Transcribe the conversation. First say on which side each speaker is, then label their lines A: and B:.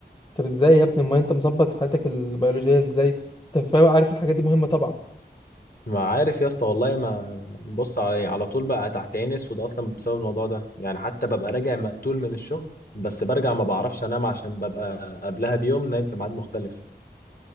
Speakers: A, on the left (about 25°); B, on the left (about 55°).
A: طب ازاي يا ابني امال انت مظبط حياتك البيولوجيه ازاي انت فاهم عارف الحاجات دي مهمه طبعا
B: ما عارف يا اسطى والله ما بص علي إيه، على طول بقى تحت عيني اسود اصلا بسبب الموضوع ده يعني حتى ببقى راجع مقتول من الشغل بس برجع ما بعرفش انام عشان ببقى قبلها بيوم نايم في ميعاد مختلف